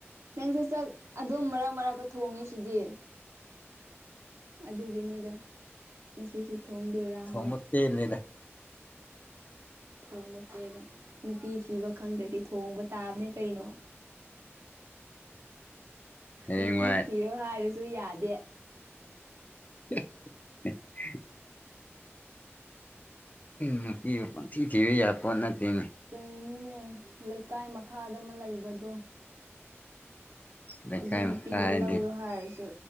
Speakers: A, on the right; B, on the left.
A: ꯅꯪꯁꯨ ꯆ ꯑꯗꯨꯝ ꯃꯔꯛ ꯃꯔꯛꯇ ꯊꯣꯡꯉꯤ ꯁꯤꯗꯤ ꯑꯗꯨꯒꯤꯅꯤꯗ ꯉꯁꯤꯁꯨ ꯊꯣꯡꯗꯣꯏꯔꯥ
B: ꯊꯣꯡꯕ
A: ꯍꯥꯏꯕ
B: ꯄꯦꯜꯂꯦꯗ
A: ꯎ ꯊꯣꯡꯕ ꯀꯦꯅꯦꯦ ꯅꯨꯄꯤ ꯊꯤꯕ ꯈꯪꯗ꯭ꯔꯗꯤ ꯊꯣꯡꯕ ꯇꯥꯕꯅꯦ ꯀꯩꯅꯣ
B: ꯍꯌꯦꯡꯋꯥꯏ
A: ꯅꯨꯄꯤ ꯊꯤꯔꯣ ꯍꯥꯏꯔꯁꯨ ꯌꯥꯗꯦ
B: <unintelligible> ꯅꯨꯄꯤ ꯄꯪꯊꯤ ꯊꯤꯔ ꯌꯥꯄꯣꯠ ꯅꯠꯇꯦ
A: ꯀꯩꯅꯣꯅꯦ ꯂꯩꯀꯥꯏ ꯃꯈꯥꯗ ꯑꯃ ꯂꯩꯕꯗꯣ
B: ꯂꯩꯀꯥꯏ
A: ꯑꯗꯨ ꯅꯨꯄꯤꯗ
B: ꯃꯈꯥ ꯍꯥꯏꯗꯤ
A: ꯂꯧꯔꯣ ꯍꯥꯏꯔꯁꯨ